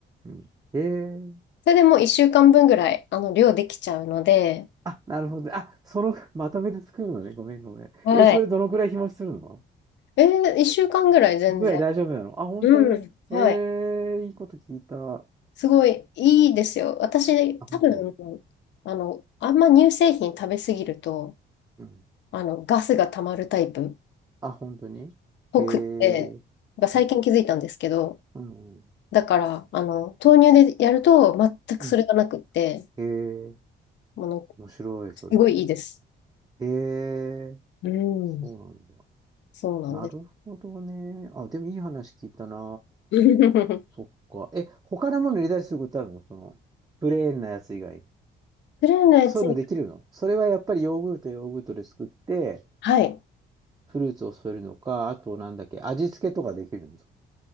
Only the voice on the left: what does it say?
それでもう1週間分ぐらい、あの、量できちゃうので、
はい。
えー、1週間ぐらい全然。
うん。はい。
すごいいいですよ。私、
多分、
あの、あんま乳製品食べ過ぎると、
あの、ガスが溜まるタイプっ
ぽくって、が最近気づいたんですけど、
だから、あの、豆乳でやると全くそれがなくって、
あの、
すごいいいです。
うん。
そうなんです。
<laughs> プ
レーンのやつ、
はい。